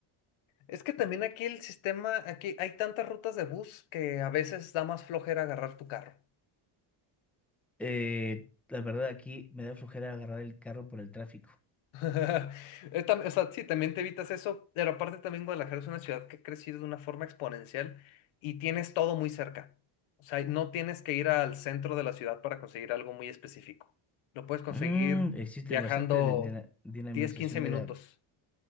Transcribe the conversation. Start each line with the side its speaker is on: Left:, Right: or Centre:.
Left: es que también aquí el sistema, aquí hay tantas rutas de bus que a veces da más flojera agarrar tu carro.
Centre: Eh, la verdad, aquí me da flojera agarrar el carro por el tráfico.
Left: <laughs> Es tam- O sea, sí, también te evitas eso, pero aparte también Guadalajara es una ciudad que ha crecido de una forma exponencial y tienes todo muy cerca. O sea, no tienes que ir al centro de la ciudad para conseguir algo muy específico. Lo puedes conseguir
Centre: Mm, existe
Left: viajando
Centre: bastante de- de la dinamización
Left: 10, 15 minutos.
Centre: de la...